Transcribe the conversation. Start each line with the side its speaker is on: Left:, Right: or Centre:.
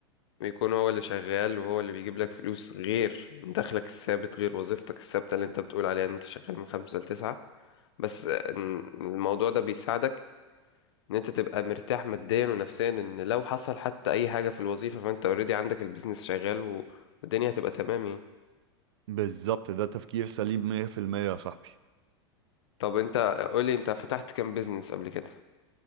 Left: ويكون هو اللي شغال وهو اللي بيجيب لك فلوس غير دخلك الثابت غير وظيفتك الثابتة اللي انت بتقول عليها ان انت شغال من خمسة لتسعة بس إن- الموضوع ده بيساعدك ان انت تبقى مرتاح ماديا ونفسيا ان لو حصل حتى اي حاجة في الوظيفة فانت اوريدي عندك البيزنس شغال و- والدنيا هتبقى تمام يعني.
Right: بالظبط ده تفكير سليم 100% يا صاحبي
Left: طب انت قولي انت فتحت كام بيزنس قبل كده